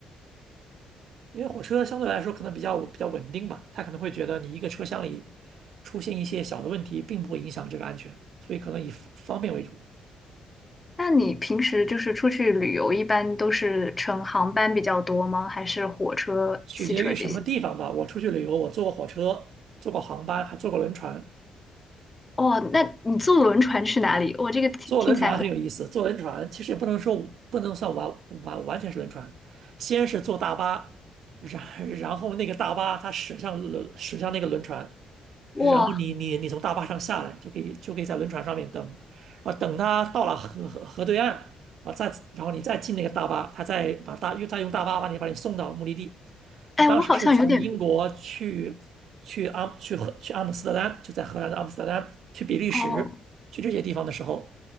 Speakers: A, on the right; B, on the left.
A: 因为火车相对来说可能比较比较稳定吧，他可能会觉得你一个车厢里出现一些小的问题，并不会影响这个安全，所以可能以方便为主，
B: 那你平时就是出去旅游，一般都是乘航班比较多吗？还是火车、
A: 取决于什么地方吧。
B: 汽车这些？
A: 我出去旅游，我坐过火车，坐过航班，还坐过轮船。
B: 哦，那你坐轮船去哪里？我这个听听起来很
A: 坐轮船很有意思，坐轮船其实也不能说不能算完完完全是轮船，先是坐大巴，然 <laughs> 然后那个大巴它驶向轮驶向那个轮船，
B: 哇，
A: 然后你你你从大巴上下来就可以就可以在轮船上面等，啊等它到了河河河对岸，然后再然后你再进那个大巴，它再把大又再用大巴把你把你送到目的地。我当时是从英国去去阿去荷去阿姆斯特丹，
B: 哎，我好像有点
A: 就在荷兰的阿姆斯特丹，去比利时，
B: 哦
A: 去这些地方的时候，